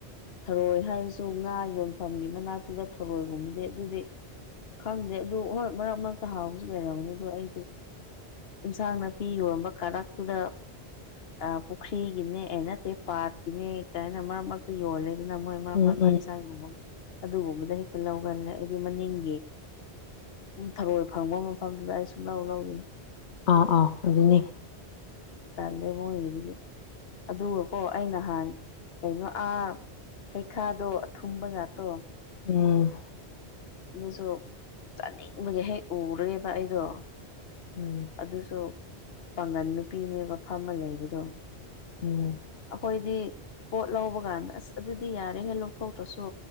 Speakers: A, on the left; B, on the left.
A: ꯊꯔꯣꯏ ꯍꯥꯏꯔꯁꯨ ꯉꯥ ꯌꯣꯟꯐꯝꯒꯤ ꯃꯅꯥꯛꯇ ꯊꯔꯣꯏꯒꯨꯝꯕꯗꯤ ꯑꯗꯨꯗꯤ ꯈꯪꯗꯦ ꯑꯗꯨ ꯍꯣꯏ ꯃꯔꯛ ꯃꯔꯛꯇ ꯍꯥꯎꯕꯁꯨ ꯂꯩꯔꯝꯒꯅꯤ ꯑꯗꯣ ꯑꯩꯗꯤ ꯏꯟꯁꯥꯡ ꯅꯥꯄꯤ ꯌꯣꯟꯕ ꯀꯥꫪꯛꯇꯨꯗ ꯑ ꯄꯨꯈ꯭ꯔꯤ ꯒꯤꯅꯦ ꯑ‌ꯦꯅꯠꯇꯦ ꯄꯥꯠꯀꯤꯅꯦ ꯀꯥꯏꯅ ꯃꯔꯛ ꯃꯔꯛ ꯌꯣꯜꯂꯦꯗꯅ ꯃꯣꯏ ꯃꯔꯛ
B: ꯎꯝ
A: ꯃꯔꯛꯇ
B: ꯎꯝ
A: ꯑ‌ꯦꯟ ꯁꯥꯡꯒꯨꯝꯕ ꯑꯗꯨꯒꯨꯝꯕꯗ ꯍꯦꯛꯇ ꯂꯧ ꯕꯅ‌ꯦ ꯑꯩꯗꯤ ꯃꯅꯤꯡꯒꯤ ꯏꯪ ꯊꯔꯣꯏ ꯐꯪꯕ ꯃꯐꯝꯗꯨꯗ ꯑꯩ ꯁꯨꯡ ꯂꯧ ꯂꯧꯔꯤ
B: ꯑꯥ ꯑꯥ ꯑꯗꯨꯅꯤ
A: ꯇꯜꯂ‌ꯦ ꯃꫭꯏꯒꯤꯗꯨꯗꯤ ꯑꯗꯨꯒꯀꯣ ꯑꯩ ꯅꯍꯥꯟ ꯀꯩꯅꯣ ꯑꯥ ꯍꯩꯈꯥꯗꯣ ꯑꯊꯨꯝꯕ ꯖꯥꯠꯇꯣ
B: ꯎꯝ
A: ꯑꯗꯨꯁꯨ ꯆꯥꯅꯤꯡꯕꯒꯤ ꯍꯦꯛ ꯎꯔꯦꯕ ꯑꯩꯗꯣ
B: ꯎꯝ
A: ꯑꯗꯨꯁꯨ ꯄꯥꯡꯒꯟ ꯅꯨꯄꯤꯅꯦꯕ ꯐꯝꯃ ꯂꯩꯕꯗꯣ
B: ꯎꯝ
A: ꯑꯩꯈꯣꯏꯗꯤ ꯄꯣꯠ ꯂꯧꯕ ꯀꯥꯟꯗ ꯑꯁ ꯑꯗꯨꯗꯤ ꯌꯥꯔꯦꯍꯦ ꯂꯧꯊꯣꯛꯇ꯭ꯔꯁꯨ